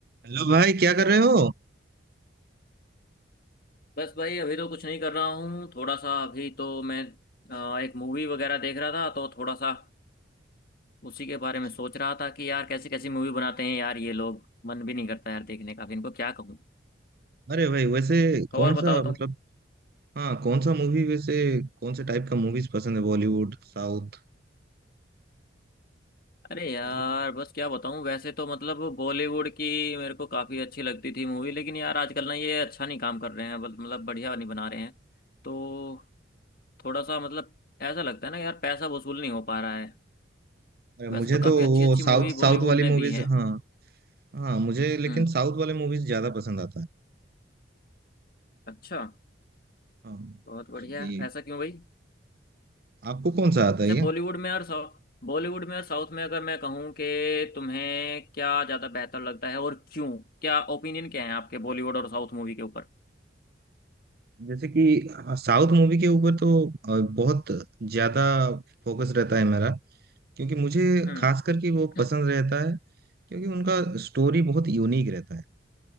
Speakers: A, on the right (about 55°); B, on the left (about 50°).
A: हेलो भाई क्या कर रहे हो
B: बस भाई अभी तो कुछ नहीं कर रहा हूँ थोड़ा सा अभी तो मैं अ, एक मूवी वगैरह देख रहा था तो थोड़ा सा उसी के बारे
A: अच्छा
B: में सोच रहा था कि यार कैसी कैसी मूवी बनाते हैं यार ये लोग मन भी नहीं करता यार देखने का अब इनको क्या कहूँ
A: अरे भाई वैसे
B: और
A: कौन
B: बताओ
A: सा मतलब
B: तुम
A: हाँ कौन सा मूवी वैसे कौन से टाइप का मूवीज पसंद है बॉलीवुड साउथ
B: अरे यार
A: मतलब
B: बस क्या बताऊँ वैसे तो मतलब बॉलीवुड की मेरे को काफ़ी अच्छी लगती थी मूवी लेकिन यार आजकल ना ये अच्छा नहीं काम कर रहे हैं बल- मतलब बढ़िया नहीं बना रहे हैं तो थोड़ा सा मतलब ऐसा लगता है ना यार पैसा वसूल नहीं हो पा रहा है
A: अरे, मुझे
B: वैसे तो काफ़ी
A: तो
B: अच्छी
A: वो
B: अच्छी
A: साउथ
B: मूवी
A: साउथ
B: बॉलीवुड
A: वाली
B: ने दी
A: मूवीज
B: है
A: हाँ हाँ मुझे लेकिन
B: हम्म।
A: साउथ वाले मूवीज ज्यादा पसंद आता है
B: अच्छा
A: हाँ
B: बहुत बढ़िया
A: क्योंकि
B: ऐसा क्यों भाई
A: आपको कौन सा आता
B: अच्छा
A: है ये
B: बॉलीवुड में और साउथ बॉलीवुड में और साउथ में अगर मैं कहूँ कि तुम्हें क्या ज़्यादा बेहतर लगता है और क्यों क्या ओपिनियन क्या है आपके बॉलीवुड और साउथ मूवी के ऊपर
A: जैसे कि साउथ मूवी के ऊपर तो अ, बहुत ज्यादा फोकस रहता है मेरा क्योंकि मुझे
B: हम्म
A: खास करके वो
B: <clears throat>
A: पसंद रहता है क्योंकि उनका स्टोरी बहुत यूनिक रहता है